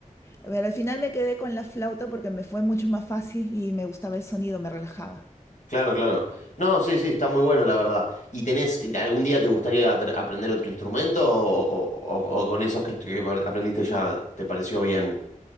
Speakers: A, on the left (about 20°); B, on the left (about 60°).
A: Pero al final me quedé con la flauta porque me fue mucho más fácil y me gustaba el sonido, me relajaba.
B: claro, claro. No, sí, sí, está muy bueno, la verdad. ¿Y tenés, algún día te gustaría atre- aprender otro instrumento o, o- o- o con esos que, estu- que aprendiste ya te pareció bien?